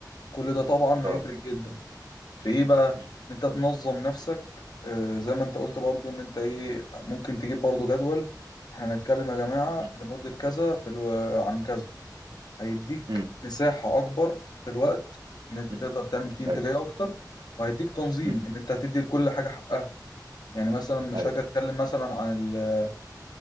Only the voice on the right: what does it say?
اه
امم
امم
امم
امم
ايوه
امم
ايوه